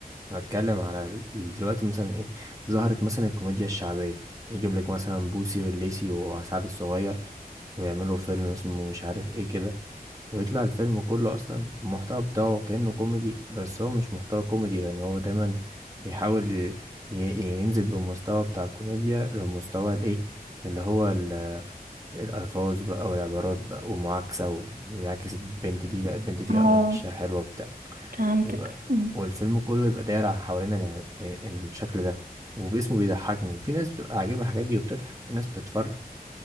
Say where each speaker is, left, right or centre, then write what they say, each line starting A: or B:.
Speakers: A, on the right (about 20°); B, on the right (about 65°).
A: أنا بتكلم على ال- دلوقتي مثلا إيه ظهرت مثلا الكوميديا الشعبية يجيب لك مثلا بوسي والليسي وسعد الصغير ويعملوا فيلم اسمه مش عارف ايه كده ويطلع الفيلم كله اصلا المحتوى بتاعه كأنه كوميدي بس هو مش محتوى كوميدي يعني هو دايما بيحاول ي- ي- ينزل بالمستوى بتاع الكوميديا للمستوى الايه اللي هو ال- الألفاظ بقى والعبارات بقى ومعاكسة و- ويعكس البنت دي لا البنت دي
B: اه
A: قمر وشها حلوة بتاع
B: فهمتك
A: يبقى
B: أمم.
A: والفيلم كله يبقى داير على حوالين ال- الشكل ده وباسمه بيضحكني وفي ناس بتبقى عاجبها الحاجات دي وبتضحك وفي ناس بتتفرج